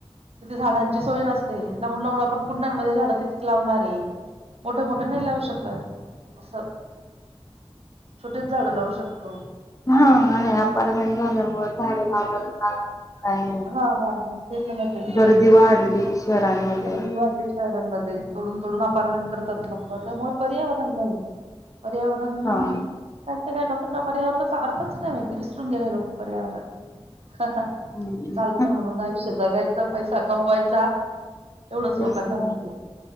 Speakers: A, on the right (about 75°); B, on the left (about 30°).
A: तिथे झाडांची सोय नसते लावून लावून आपण कुंड्यांमध्ये झाडं कितीक लावणारे मोठं मोठं नाही लावू शकत असं छोटेच झाड लावू शकतो.
B: हा नाही अपार्टमेंट भरल्यामुळे झाडं लावायाला जागा नाही.. काही नाही
A: हा हा हा ते पण आहे ते पण
B: गर्दी
A: आहे
B: वाढली शहरांमध्ये.
A: गर्दी वाढली शहरांमध्ये तोडून तोडून अपारमेंट करतात लोक त्यामुळे पर्यावरण नाही. पर्यावरण.
B: हा
A: त्यांणच्या काही लोकांना पर्यावरणाचा अर्थच नाही माहिती विसरून गेले लोक पर्यावरण हा हा..
B: हं.
A: चालतं म्हणून आयुष्य जगायचं पैसा कमवायचा. एवढंच
B: तेच
A: लोकांना
B: तर.
A: माहितीये,